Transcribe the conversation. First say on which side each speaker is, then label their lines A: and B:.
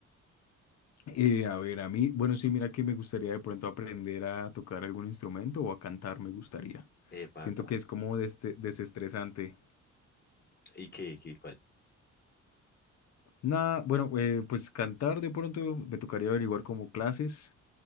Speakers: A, on the left; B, on the left.
A: Eh, a ver, a mí, bueno, sí, mira que me gustaría de pronto aprender a tocar algún instrumento o a cantar, me gustaría.
B: Epa,
A: Siento
B: epa.
A: que es como deste- desestresante.
B: ¿Y qué, qué, cuál?
A: Nada, bueno, eh, pues cantar de pronto me tocaría averiguar como clases,